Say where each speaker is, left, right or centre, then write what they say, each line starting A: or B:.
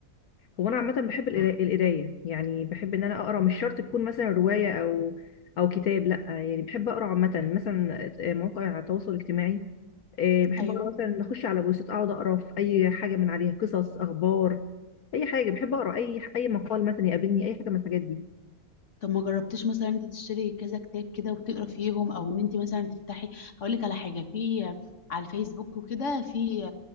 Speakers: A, on the left; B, on the left.
A: هو انا عامه بحب القرا- القرايه يعني بحب ان انا اقرا
B: مم.
A: مش شرط تكون مثلا روايه او او كتاب لا يعني بحب اقرا عامه مثلا مواقع التواصل الاجتماعي إيه، بحب
B: ايوه
A: اقرا مثلا اخش على بوستات اقعد اقرا في اي حاجه من عليها قصص اخبار اي حاجه بحب اقرا اي اي مقال مثلا يقابلني اي حاجه من الحاجات دي
B: طب ما جربتيش مثلا انت تشتري كذا كتاب كده وتقرا فيهم او ان انت مثلا تفتحي هقول لك على حاجه في على الفيسبوك وكده في